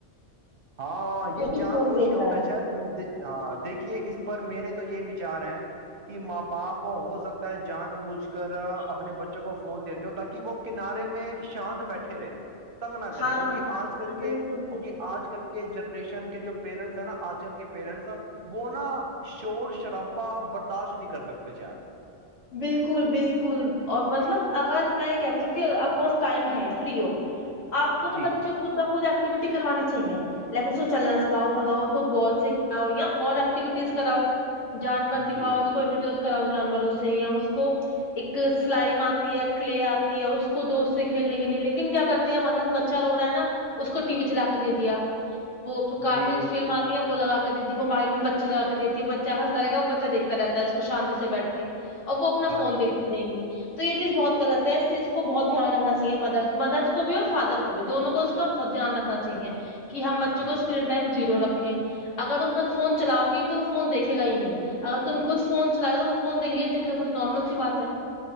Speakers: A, on the right; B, on the left.
A: ہاں یہ
B: وہ بھی
A: جان
B: فون
A: موجھ
B: دیکھ
A: کے ہوتا
B: رہا
A: ہے شاید ہاں دیکھیے اس پر میرے تو یہ بچار ہے کہ ماں باپ ہو سکتا ہے جان مجھ کر اپنے بچوں کو فون دیتے ہو تاکہ وہ کنارے میں شانت بیٹھے رہے تنگ نہ کریں
B: ہاں
A: کیکہ آج کر کے
B: بالکل بالکل
A: کیکہ آج کر کے جنریشن کے جو پیرنٹس ہیں نا آج کل کے پیرنٹس وہ نا شور شرابا برداشت نہیں کر سکتے شاید
B: بالکل بالکل اور مطلب اگر میں کہتی ہوں کہ آپ کے پاس ٹائم ہے فری ہو آ کو نہا
A: جی
B: بچوں خود نا خود ایکٹیوٹی کروانی چاہیے لائک اس کو چلنا سکھاؤ بگاؤ اس کو بال سکھؤ یا اور ایکٹیویٹیز کراؤ جانور دکھاؤ
A: جی
B: اس کو انٹروڈیوس کراؤ جانور اس کو ایک سلائم آتی ہے کلے آتی ہے اس کو دوست سے کھیلنے کے لیے لیکن کیا کرتے مدر بچا ہو رہا ہے نا اس کو ٹی وی چلا کے دے دیا وہ کارٹون
A: جی
B: فلم آتی ہے وہ لگا کے دی موبائل میں بچ لگا کے دیتی ہے بچہ ہنتا گ وہ بچ دیکھتا ہے کو شانتی سے بیٹھ کے اور وہ اپنا
A: ہاں
B: فون دیکھتی
A: جی
B: رہیں گی تو یہ چیز بہت غلط ہے اس چیز کو بہت دھیان رکھنا چاہیے مدر مدر کو بھی اور فادر کو بھی دونوں کو اس کا بہت دھیان رکھنا چاہیے کہ ہم بچوں
A: جی
B: کو اسکرین ٹم زیر رکھ اگر فون چلاؤ گی نہیں تو وہ فون دیکھے گ ہی نہیں اگر تم خود فون چل تو فون دیکھے دیکو پر نارمل سی بات ہے